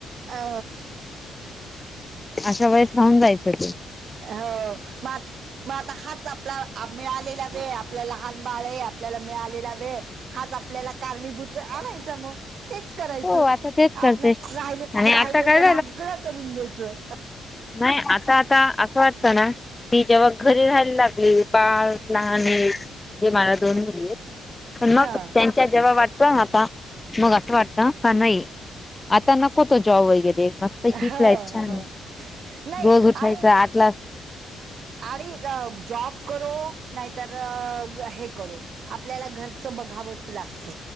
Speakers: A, on the right; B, on the left.
A: अ
B: अशा वेळेस राहून जायचं.
A: हो. मा मग हाच आपला मिळालेला वेळ हे आपलं लहान बाळ आहे मिळालेला वेळ हाज आपल्याला कारणीभूत्र आणायचा. मग तेच करायचं.
B: हो आता तेच करते.
A: आपल्या राहि
B: आणि आता
A: राहिलेलं
B: काय
A: सगळं करून घ्यायचं.
B: नाय आता आता असं वाटतं ना. ती जेव्हा घरी राहायला लागले बाळ लहान हाय मजे मला दोन मुली आहेत. पण मग
A: हा
B: त्यांच्या जेव्हा वाटतेना आता मग असं वाटत. का का नाही आता नको तो जॉब वगैरे मस्त. पैकी
A: ह
B: स्लाईट छान
A: ह
B: आहे
A: नाही
B: रोज उठायचं
A: आणि
B: आटला.
A: आणि अ जॉब करू नाहीतर हे करू. आपल्याला घरचं बघावंच लागत.